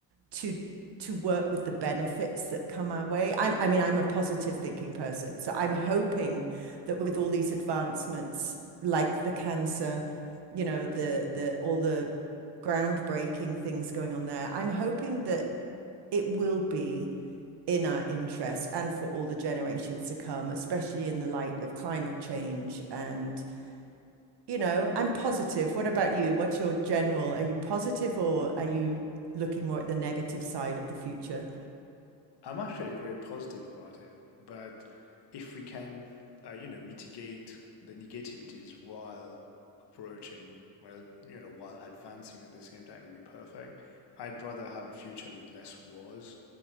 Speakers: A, on the right (about 60°); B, on the left (about 60°).
A: to to work with the benefits that come our way. I'm, I mean, I'm a positive thinking person, so I'm hoping that with all these advancements, like the cancer, you know, the the all the groundbreaking things going on there, I'm hoping that it will be in our interest and for all the generations to come, especially in the light of climate change. And, you know, I'm positive. What about you? What's your general? Are you positive or are you looking more at the negative side of the future?
B: I'm actually very positive about it, but if we can, uh, you know, mitigate the negativities while approaching, well, you know, while advancing at the same time, it would be perfect. I'd rather have a future with less wars,